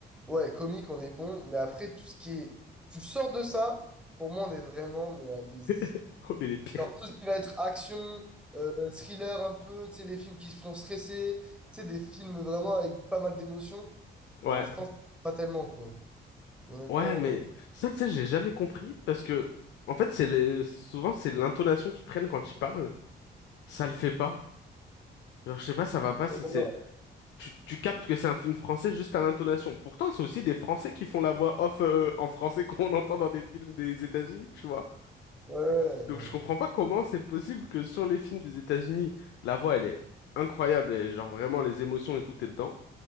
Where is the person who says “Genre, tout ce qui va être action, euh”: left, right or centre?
Centre